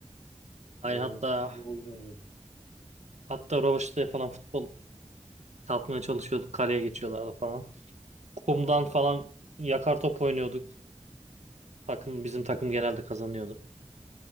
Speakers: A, on the right; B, on the left.
A: Aynı
B: Voleybol
A: hatta
B: bir oyun oynuyorduk.
A: hatta Roveşte'ye falan futbol kalkmaya çalışıyorduk. Kaleye geçiyorlardı falan. Kumdan falan yakar top oynuyorduk. Takım bizim takım genelde kazanıyordu.